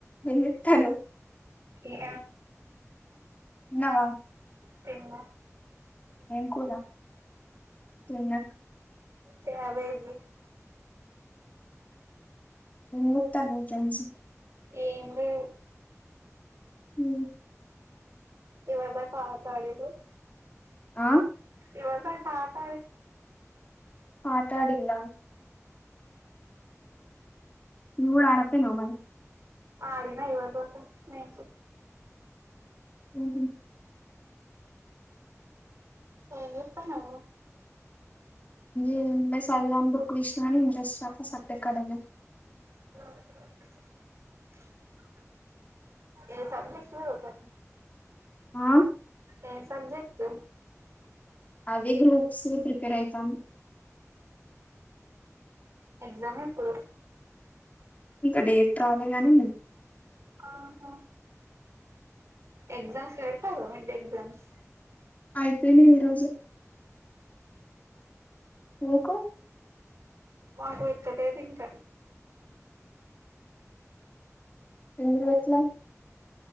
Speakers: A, on the left; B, on the right.
A: వెతను
B: ఎ
A: తిన్నావా
B: తిన్న
A: ఏం కూర, తిన్నా
B: క్యాబేజీ
A: ముక్త కంసి
B: ఏందో
A: హ
B: ఇవ ఎ మా పటడలు
A: ఆ
B: ఎవస కాత
A: మాట్లాడిలా ఊడు ఆడప్పే నవ మరి
B: ఆడినా ఇవ న
A: ఉహ
B: ఎమిప్పన
A: ఏ సలంబ కృష్ణ అని ఇంట్రెస్ సత్య కడ
B: ఆ ఏ సబ్జట్లుత
A: ఆ
B: ఏ సబ్జెక్ట్
A: అదే గ్రూప్స్ ప్రిపేర్ అవుతాం
B: ఎగజామే ప్రూఫ్
A: ఇక డేట్ అాలగానీ
B: ఆహా ఎక్జామ్స్ వెడత మంటే ఎజామ్స్
A: అయిపోయినా ఈరోోజు మీకు
B: మాకు ఇత్తడేది ఇంకాం
A: ఎందు వట్లా